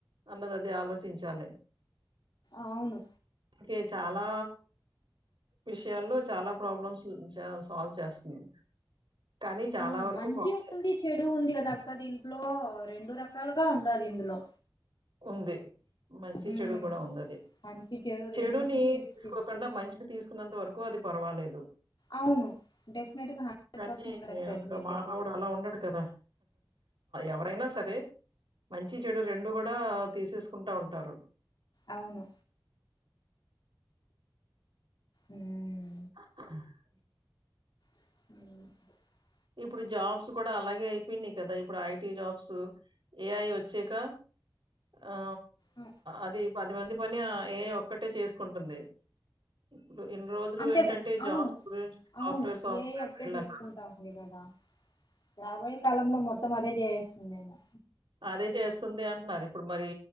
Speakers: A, on the right; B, on the left.
A: అన్నదది ఆలోచించాలి
B: అవును
A: ఓకే చాలా విషయాల్లో చాలా ప్రాబ్లమ్స్ సాల్వ్ చేస్తుంది కానీ చాలా
B: ఆ
A: వరకు
B: మంచి
A: పాడు చే-
B: ఉంది చెడు ఉంది గదా ప్రతి ఇంట్లో రెండు రకాలుగా ఉండాలి ఇందులో
A: ఉంది మంచి
B: ఉమ్
A: చెడు గూడా ఉండాలి
B: మంచి చెడు
A: చెడుని
B: రెండు ఫిఫ్టీ
A: తీసుకోకుండా
B: ఫిఫ్టీ
A: మంచిని తీసు కున్నంత వరకు అది పర్వాలేదు
B: అవును డెఫినెట్ గా హండ్రెడ్
A: కానీ
B: పర్సెంట్ కరెక్ట్
A: ఒక
B: అది మీరు
A: మానవుడు
B: చెప్పేది
A: అలా ఉండడు కదా ఎవరైనా సరే మంచి చెడు రెండు గూడా తీసేసుకుంటా ఉంటారు
B: అవును ఉమ్
A: <inaudible>
B: <inaudible>
A: ఇప్పుడు జాబ్స్ కూడా అలాగే అయిపోయినయి కదా ఇప్పుడు ఐటీ జాబ్స్ ఏఐ వచ్చాక <inaudible> ఆ
B: ఆ,
A: అది పది మంది పని ఆ ఏఐ ఒక్కటే చేసుకుంటుంది ఇప్పుడు ఇన్ని రోజులు
B: అంతేగా
A: ఏంటంటే
B: అవును
A: జాబ్
B: అవును
A: సాఫ్ట్వేర్ సాఫ్ట్వేర్
B: ఏఐ ఒకటే
A: ఫీల్డ్
B: తీసుకుంటా
A: అన్నారు
B: ఉంది గదా రాబోయే కాలంలో మొత్తం అదే చేసేస్తుందేమో
A: అదే చేస్తుంది అంటున్నారు ఇప్పుడు ఇప్పుడు మరి